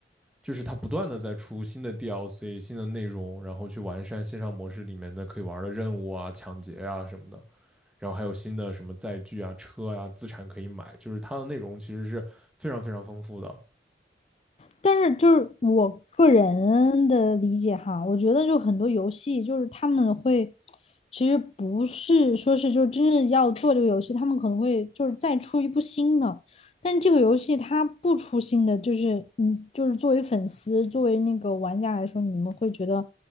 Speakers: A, in the centre; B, on the left.
A: 就是它不断的在出新的 DLC、新的内容，然后去完善线上模式里面的可以玩的任务啊、抢劫啊什么的，然后还有新的什么载具啊、车啊、资产可以买，就是它的内容其实是非常非常丰富的。
B: 但是就是我个人的理解哈，我觉得就很多游戏就是他们会，其实不是说是就是真正要做这个游戏，他们可能会就是再出一部新的，但是这个游戏它不出新的，就是嗯，就是作为粉丝，作为那个玩家来说，你们会觉得